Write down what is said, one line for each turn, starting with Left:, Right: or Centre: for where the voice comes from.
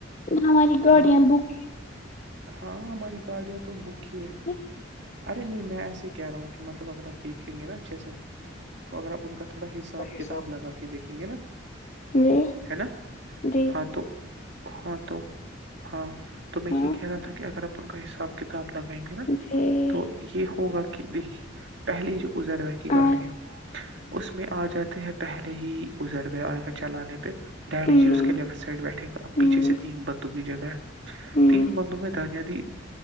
Left: ہماری گاڑیاں
Right: ہاں
Left: بک
Right: ہاں ہماری گاڑیاں تو بک کی ہے
Left: تھی
Right: ارے نہیں میں ایسے ہی کہہ رہا ہوں کہ مطلب اگر آ دیکھ لیں گے نا اچھے سے تو اگر آپ ان کا تھوڑا حساب
Left: جی
Right: کتاب لگا کے دیکھیں گے نا
Left: جی
Right: ہے نا
Left: جی
Right: ہاں تو ہاں تو ہاں تو میں
Left: ہاں
Right: یہ کہہ رہا تھا کہ اگر آپ ان کا حساب کتاب لگائیں گے نا
Left: جی
Right: تو یہ ہوگا کہ دیکھیے پہلی جو ازروا کی
Left: ہاں
Right: گاڑی ہے اس میں آ جاتے ہیں پہلے ہی ازربے چلانے ڈیڈی
Left: ہمم
Right: جی اس کے لیفٹ سائڈ بیٹھے گا
Left: ہمم
Right: پیچھے سے تین بندو کی جگہ ہے
Left: ہمم
Right: تین بندوں میں دانیاد